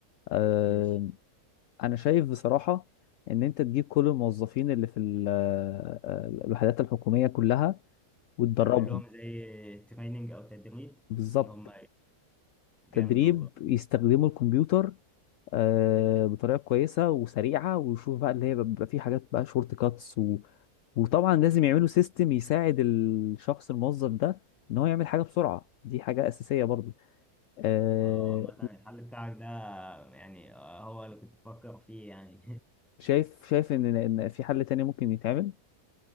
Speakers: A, on the left; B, in the centre.
A: أه
B: ماشي
A: انا شايف بصراحه ان انت تجيب كل الموظفين اللي في ال- آه، آه، الوحدات الحكوميه كلها وتدربهم
B: تعمل لهم زي تريننج أو تدريب
A: بالظبط
B: إن هم جامد
A: تدريب
B: والله
A: يستخدموا الكمبيوتر آه، بطريقه كويسه وسريعه ويشوف بقى اللي هي بيبقى فيه حاجات بقى شورت كاتس و... وطبعا لازم يعملوا سيستم يساعد الشخص الموظف ده ان هو يعمل حاجه بسرعه دي حاجه اساسيه برضو آه
B: اه عامة الحل بتاعك ده يعني آه، هو اللي كنت بفكر فيه يعني
A: وشايف شايف ان ان في حل تاني ممكن يتعمل